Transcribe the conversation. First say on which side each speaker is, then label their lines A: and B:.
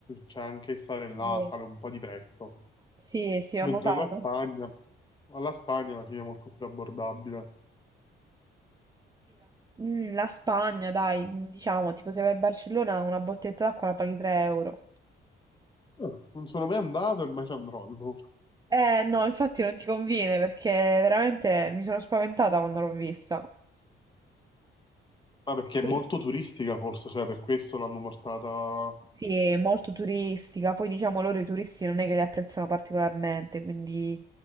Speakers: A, on the left; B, on the right.
A: cioè, anche stare là
B: Sì,
A: sale un po' di prezzo.
B: sì, sì, ho
A: Mentre
B: notato.
A: la Spagna, alla Spagna alla fine è molto più abbordabile.
B: Mm, la Spagna, dai, diciamo, tipo se vai a Barcellona una bottiglietta d'acqua la paghi 3 euro.
A: Eh, Non sono mai andato e mai ci andrò. no.
B: Eh no, infatti non ti conviene perché veramente mi sono spaventata quando l'ho vista.
A: Ma perché è
B: Poi-
A: molto turistica, forse, cioè, per questo l'hanno portata
B: Sì, è molto turistica, poi diciamo loro i turisti non è che li apprezzano particolarmente, quindi